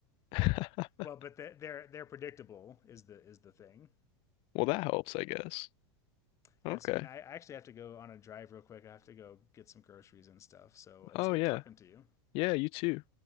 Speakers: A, on the left; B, on the left.
A: <laughs>
B: well, but they- they're they're predictable is the is the thing.
A: Well, that helps, I guess.
B: Yes,
A: Okay.
B: and I actually have to go on a drive real quick. I have to go get some groceries and stuff. So it's
A: Oh
B: good
A: yeah.
B: talking to you.
A: Yeah, you too.